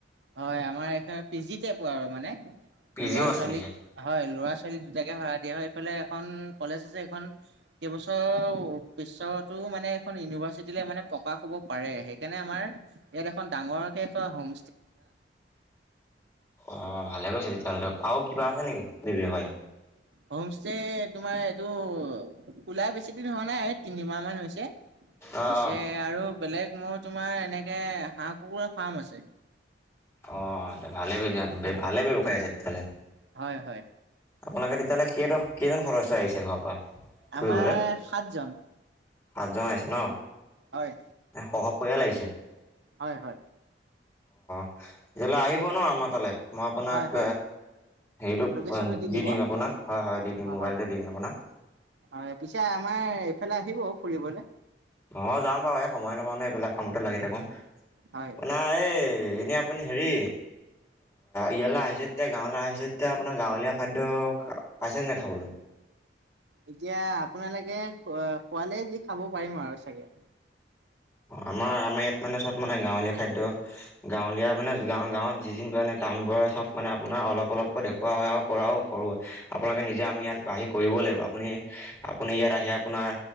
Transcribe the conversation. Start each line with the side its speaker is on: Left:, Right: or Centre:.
Right: হয় আমাৰ এখন পি জিতে পোৱা আৰু মানে।
Left: পি
Right: ল'ৰা-ছোৱালী
Left: জিও আছে নেকি?
Right: হয় ল'ৰা-ছোৱালী দুটাকে সৰাই দিয়া হয় ইফালে এখন কলেজ আছে। এখন কেইবছৰ পিছতো মানে এখন ইউনিভাৰ্চিটিলে মানে প্ৰকাশ হ'ব পাৰে। সেইকাৰণে আমাৰ ইয়াত এখন ডাঙৰকে এ হোম
Left: অ ভালে কৈছে তেতিয়াহলে আৰু কিবা আছে নেকি বিষয়
Right: হোমষ্টে তোমাৰ এইটো খোলা বেছি দিন হোৱা নাই তিনিমাহ মান হৈছে।
Left: অ',
Right: পিছে আৰু বেলেগ মোৰ তোমাৰ এনেকে হাঁহ কুকুাৰ ফাৰ্ম আছে।
Left: অ ভালে ভালে ব্যৱসায় আছে তেতিয়া হ'লে।
Right: হয় হয়
Left: আপোনালোকে তেতিয়াহ'লে কেইজন কেইজন সদস্য আহিছে ঘৰৰ পৰা। ফুৰিবলৈ?
Right: আমাৰ সাতজন।
Left: সাতজন আহিছে ন।
Right: হয়
Left: এ সহ পৰিয়াল আহিছে।
Right: হয় হয়।
Left: তেতিয়াললে আহিব ন আমাৰ তালৈ মই আপোনাক।
Right: হয় হয়
Left: হেৰিটো
Right: লোকেশ্যনো দিব
Left: দি দিম আপোনাক হয় হয় দি দিম
Right: অ
Left: মোবাইলতে
Right: হয়
Left: দিম আপোনাক।
Right: হয় পিছে আমাৰ এইফালে আহিব ফুৰিবলে।
Left: অ' যাম বাৰু এই সময় নাপাওঁ ন। এইবিলাক কামতো লাগি থাকো
Right: হয়
Left: আপোনাৰ এই। এনেই আপুনি হেৰি ইয়ালৈ আহিছে যেতিয়া গাঁৱলৈ আহিছে যেতিয়া আপোনাৰ গাঁৱলীয়া খাদ্য পাইছেনে নাই খাবলৈ।
Right: এতিয়া আপোনালোকে খোৱালে যি খাব পাৰিম আৰু চাগে।
Left: আমাৰ আমাৰ ইয়াত মানে চব মানে গাঁৱলীয়া খাদ্য গাঁৱলীয়া মানে গা গাঁৱত যি যি কৰে- ামবোৰে চব মানে আপোনাৰ অলপ টাউনবোৰে চব মানে আপোনাৰ অলপ অলপকৈ দেখোৱাও আৰু কৰাও কৰোঁ। আপোনালোকে নিজে আমি ইয়াত আহি কৰিব। চব কৰিব লাগিব আপুনি আপুনি ইয়াত আহি আপোনাৰ